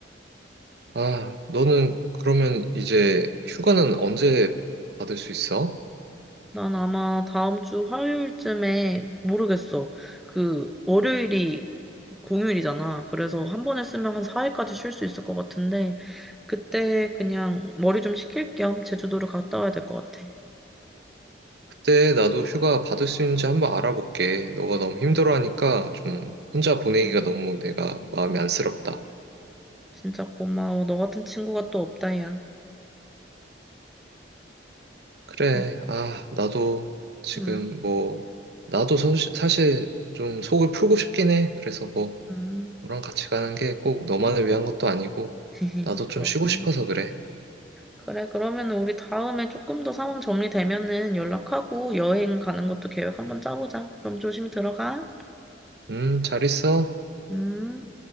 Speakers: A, on the right (about 60°); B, in the centre.
A: 아, 너는 그러면 이제 휴가는 언제 받을 수 있어?
B: 난 아마 다음 주 화요일쯤에 모르겠어. 그 월요일이 공휴일이잖아. 그래서 한 번에 쓰면 한 4일까지 쉴 수 있을 것 같은데 그때 그냥 머리 좀 식힐 겸 제주도를 갔다 와야 될 것 같아.
A: 그때 나도 휴가 받을 수 있는지 한번 알아볼게. 너가 너무 힘들어하니까 좀 혼자 보내기가
B: 음,
A: 너무 내가 마음이 안쓰럽다.
B: 진짜 고마워. 너 같은 친구가 또 없다야.
A: 그래,
B: 진,
A: 아, 나도 지금
B: 음,
A: 뭐, 나도 소- 사실 좀 속을 풀고 싶긴 해. 그래서 뭐,
B: 음.
A: 너랑 같이 가는 게 꼭 너만을 위한 것도 아니고,
B: <laughs>
A: 나도
B: 그렇구나.
A: 좀 쉬고 싶어서 그래.
B: 그래, 그러면 은 우리 다음에 조금 더 상황 정리되면은 연락하고 여행 가는 것도 계획 한번 짜보자. 그럼 조심 들어가.
A: 음, 잘 있어.
B: 음.